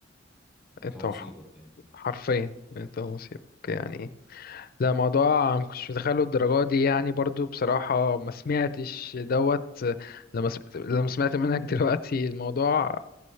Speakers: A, in the centre; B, on the left.
A: انت
B: انت
A: ونصيبك
B: وح-
A: يعني
B: حرفيا انت ونصيبك يعني لا موضوع ما كنتش متخيله الدرجة دي يعني برضو بصراحة ما سمعتش دوت لما سمعت لما سمعت منك <laughs> دلوقتي الموضوع